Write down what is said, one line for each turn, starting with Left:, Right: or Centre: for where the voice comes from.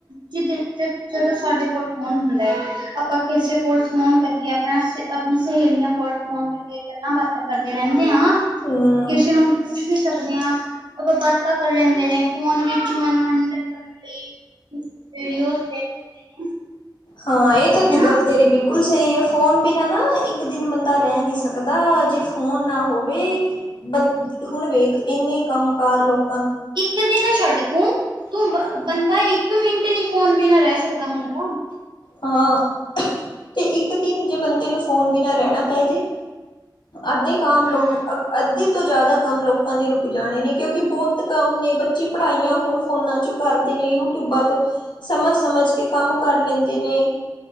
Right: ਜਿਦੇ ਜ। <inaudible> ਜਦੋਂ ਸਾਡੇ਼ ਕੋਲ ਫ਼ੋਨ ਹੁੰਦਾ ਐ ਆਪਾਂ ਕਿਸੇ ਕੋਲ ਫੋਨ ਕਰਕੇ ਆਪਨਾ ਸ ਆਪਨੀ ਸਹੇਲੀਆਂ ਕੋਲ ਫੋ਼ਨ ਕਰਕੇ ਗੱਲਾਂ ਬਾਤਾਂ ਕਰਦੇ ਰਹਿੰਦੇ ਆ
Left: ਹੂੰ
Right: ਕਿਸੇ ਨੂੰ ਪੁੱਛ ਵੀ ਸਕਦੇ ਆ। ਅਪਾਂ ਬਾਤਾਂ ਕਰ ਲੈਂਦੇ ਨੇ ਫੋਨ ਵਿੱਚ ਮਨੋਰੰਜਨ ਕਰਨ ਲਈ ਵੀਡੀਓਜ਼ ਦੇਖ ਲੈਂਦੇ ਨੇ
Left: ਹਾਂ ਐ ਤੇ
Right: ਹੈਨਾ
Left: ਗੱਲ ਤੇਰੀ ਬਿਲਕੁਲ ਸਈ ਐ ਫੋਨ ਬਿਨਾਂ ਨਾ ਇੱਕ ਇੱਕ ਦਿਨ ਬੰਦਾ ਰੈ ਨੀ ਸਕਦਾ ਜੇ ਫੋਨ ਨਾ ਹੋਵੇ ਬਨ ਹੁਣ ਵੇਖ ਇੰਨੇ ਕੰਮ -ਕਾਰ ਲੋਕ
Right: ਇੱਕ ਦਿਨ ਛੱਡ ਤੂੰ ਤੂੰ ਬ ਬੰਦਾ ਇੱਕ ਮਿੰਟ ਨੀ ਫੋਨ ਬਿਨਾਂ ਰਹਿ ਸਕਦਾ ਹੁਣ ਤਾਂ।
Left: ਹਾਂ। ਤੇ ਇੱਕ ਦਿਨ ਜੇ ਬੰਦੇ ਨੂੰ ਫੋਨ ਬਿਨਾਂ ਰਹਿਣਾ ਪੈ ਜੇ ਅੱਧੇ ਕਮ ਲੋਕ
Right: ਹਾਂ
Left: ਅੱਧੀ ਤੋਂ ਜ਼ਿਆਦਾ ਕੰਮ ਲੋਕਾਂ ਦੇ ਰੁਕ ਜਾਣੇ ਨੇ ਕਿਉਂਕਿ ਬੋਤ ਕੰਮ ਨੇ ਬੱਚੇ ਪੜ੍ਹਾਈਆਂ ਹੁਣ ਫੋਨਾਂ ਚੁ ਕਰਦੇ ਨੇ ਯੂਟਊਬਾਂ ਤੋਂ ਸਮਝ- ਸਮਝ ਕੇ ਕੰਮ ਕਰ ਲੈਂਦੇ ਨੇ।